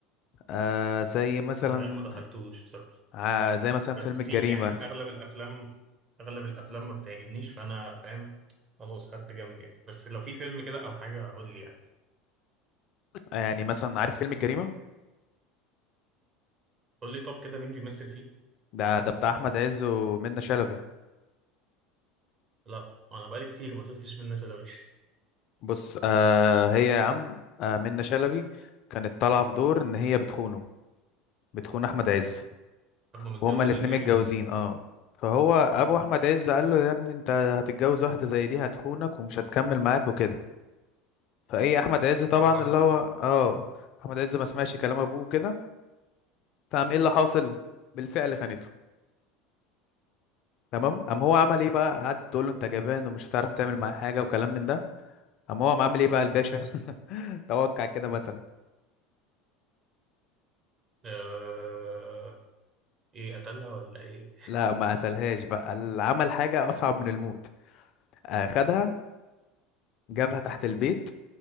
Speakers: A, on the left (about 50°); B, on the right (about 40°).
A: آه زي مثلا
B: لا ما دخلتوش بصراحه
A: آه زي مثلا
B: بس
A: فيلم
B: في
A: الجريمه
B: يعني اغلب الافلام اغلب الافلام ما بتعجبنيش فانا فاهم خلاص خدت جنب يعني بس لو في فيلم كده او حاجه قول لي يعني
A: آه يعني مثلا عارف فيلم الجريمه
B: قول لي طب كده مين بيمثل فيه
A: ده ده بتاع احمد عز ومنة شلبي
B: لا انا بقالي كتير ما شفتش منة شلبي
A: بص
B: <laughs>
A: آه هي يا عم آه منة شلبي كانت طالعه في دور ان هي بتخونه بتخون احمد عز
B: هم متجوزين
A: وهما الاتنين
B: يعني
A: متجوزين اه فهو ابو
B: مم.
A: احمد عز قال له يا ابني انت هتتجوز واحده زي دي هتخونك ومش هتكمل معاك وكده فايه احمد عز طبعا
B: فحصل
A: اللي هو
B: بقى.
A: اه احمد عز ما سمعش كلام ابوه كده فقام ايه اللي حاصل بالفعل خانته تمام قام هو عمل ايه بقى قعدت تقول له انت جبان ومش هتعرف تعمل معاه حاجه وكلام من ده قام هو قام عامل ايه بقى الباشا <laughs> توقع كده مثلا
B: آه... ايه قتلها ولا ايه
A: لا ما قتلهاش بقى قال- عمل حاجه اصعب من الموت آه، خدها جابها تحت البيت